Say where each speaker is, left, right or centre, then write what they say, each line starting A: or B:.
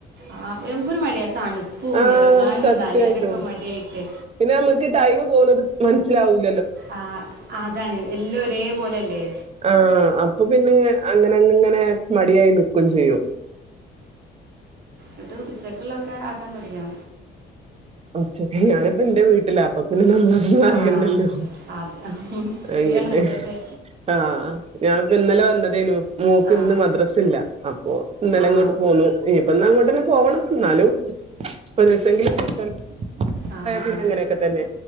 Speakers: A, on the right; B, on the right.
A: ആ എൻക്കൊരു മടിയ തണുപ്പും
B: ആഹ്
A: എറങ്ങാനും
B: സത്യായിട്ടും.
A: നനയാനൊക്കെ മടിയായിട്ട്
B: പിന്നെ നമ്മുക്ക് ടൈമ് പോകുന്നത് മനസ്സിലാവൂല്
A: ആ അതാണ് എല്ലൊം ഒരേ പോലെല്ലേ
B: ആ അപ്പൊ പിന്നെ അങ്ങനെ ഇങ്ങനെ മടിയായി നിക്കും ചെയ്യും
A: ഇന്നട്ട് ഉച്ചക്ള്ളൊക്കെ ആക്കാൻ തൊടങ്ങിയോ
B: ഉച്ചക് ഞാനിപ്പം ഇന്റെ വീട്ടില അപ്പം അപ്പം പിന്നെ നമ്മളൊന്നും
A: ആ
B: അറിയണ്ടല്ലോ
A: അത് ഫ്രീ
B: അങ്ങനെ
A: ആണല്ലോ അല്ലേ
B: ആ ഞാൻ പം ഇന്നലെ വന്നതേനു മോക്ക്
A: ആ
B: ഇന്ന് മദ്രസ്ല്ല അപ്പോ ഇന്നലെ
A: ആ
B: ഇങ്ങോട്ട് പോന്നു ഇഞ് പ്പന്നങ്ങോട്ട്ന്നെ പോവണം ഇന്നാലും ഒരോസെങ്കിലും കിട്ടു <unintelligible>
A: ആ ആ
B: ഇങ്ങനെയൊക്കെ തന്നെ